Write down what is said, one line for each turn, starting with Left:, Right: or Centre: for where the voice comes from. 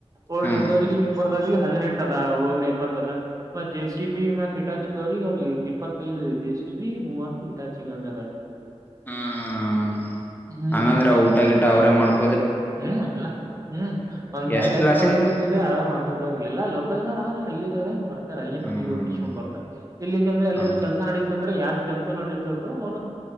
Right: ಓಲ್ಡ್
Left: ಹ್ಮ್
Right: ಇದ್ದವ್ರರಿಗೆ ಟಿಪ್ಪರ್ದವಿಗೆ ಹದಿನೆಂಟು ದ ಅವ್ರಿ ಇಪ್ಪತ್ತದ ಮತ್ತ ಜೆ ಸಿ ಬಿ ಮತ್ತ ತಿಟಾಚಿದವ್ರಿಗೆ ಅವ್ರಿಗೆ ಇಪ್ಪತ್ತೈದು ಜೆ ಸಿ ಬಿ ಮೂವತ್ತು ಇಟಚಿ ಹಂಗಾದಾರೀ
Left: ಹ್ಮ್ ಹ್ಮ್
Right: ಹ್ಮ್
Left: ಹಂಗಂದ್ರೆ ಊಟಗಿಟ್ಟ ಅವ್ರೇ ಮಾಡ್ಕೊ
Right: ಹ್ಮ್ ಎಲ್ಲಾ ಹ್ಮ್ ಒಂದ್ ಸಾವಿರ
Left: ಎಷ್ಟ್
Right: ಹೆಚ್ಚು
Left: ಲಾಸಿಂದ
Right: ಕೊಟ್ಟುಬಿಡ್ತೀವಿ ಅವೇ ಮಾಡ್ಕೊತವ್ರೀ ಎಲ್ಲಾ ಲೋಕಲ್ನವ್ರ ಅಲ್ಲಿ ಇದಾವ್ರ ಬರ್ತಾರೆ ಅಲ್ಲಿ
Left: ಹ್ಮ್
Right: ಮನೆ ಮುಗಿಸ್ಕೊಂಡು ಬರ್ತಾರೆ ಇಲ್ಲಿಂದ್ರ ಎಲ್ಲಿರ
Left: ಹ
Right: ಕೆಲಸ ನಡೀತ ಅಂದ್ರೆ ಯಾರ್ ಕೆಲಸ ನೆಡಿತಾತದ್ದೋ ಅವ್ರನ್ನ